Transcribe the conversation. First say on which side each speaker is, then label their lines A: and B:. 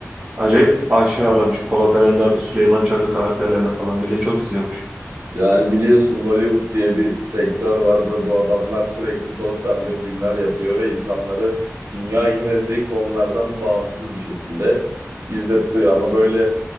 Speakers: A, on the right (about 35°); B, on the right (about 75°).
A: Acayip aşinalarmış Polat Alemdar, Süleyman Çakır karakterlerine falan. Millet çok izliyormuş.
B: Yani biliyorsun Hollywood diye bir sektör var. Bu, bu adamlar sürekli toz pembe filmler yapıyor ve insanları dünya genelindeki konulardan bağımsız bir şekilde izletiyor. Ama böyle